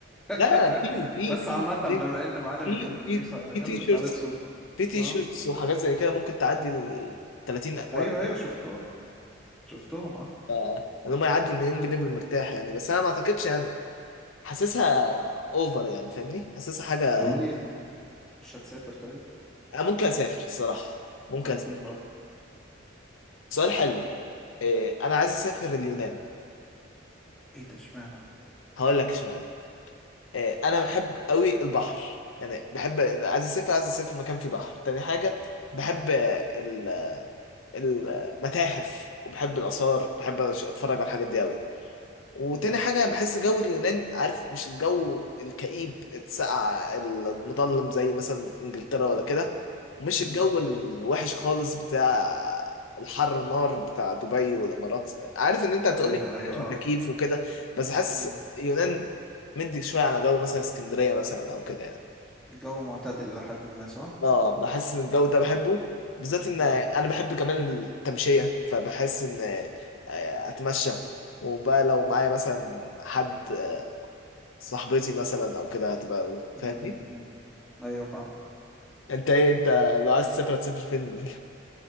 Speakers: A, on the left; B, in the centre.
A: لا
B: <laughs>
A: في في
B: بس
A: في
B: عامة بما
A: في
B: ان معانا مليون
A: في
B: جنيه
A: في
B: فيلا
A: في تيشيرتس
B: تعالى نشوف
A: في تيشيرتس
B: اه
A: وحاجات زي كده ممكن تعدي ال 30
B: ايوه
A: و 40
B: ايوه شفتهم شفتهم اه
A: آه، ان هم يعدوا المليون جنيه بالمرتاح يعني بس انا ما اعتقدش يعني حاسسها اوفر يعني فاهمني حاسسها حاجه
B: طب ايه طيب مش هتسافر طيب
A: انا ممكن اسافر الصراحه ممكن
B: على
A: اسافر
B: فين بقى
A: سؤال حلو إيه انا عايز اسافر اليونان
B: ايه ده اشمعنى
A: هقول لك اشمعنى إيه انا بحب قوي البحر يعني بحب عايز اسافر عايز اسافر مكان فيه بحر تاني حاجه بحب آه، ال- المتاحف وبحب الاثار بحب أش- اتفرج على الحاجات دي قوي وتاني
B: امم
A: حاجة بحس جو اليونان عارف مش الجو الكئيب الساقع المظلم زي مثلا انجلترا ولا كده ومش
B: امم
A: الجو الوحش خالص بتاع الحر نار بتاع دبي والامارات عارف ان انت هتقول
B: ايوه
A: لي
B: ايوه
A: تكييف وكده بس حاسس
B: اه
A: اليونان مدي شوية على جو مثلا اسكندرية مثلا او كده يعني
B: الجو معتدل إلى حد ما صح؟
A: اه بحس ان الجو ده بحبه بالذات ان
B: مم.
A: انا بحب كمان التمشيه فبحس ان آه، اتمشى وبقى لو معايا مثلا حد آه، صاحبتي مثلا او كده هتبقى
B: مم.
A: فاهمني
B: مم. مم. أيوة فاهم
A: انت ايه انت لو عايز تسافر هتسافر فين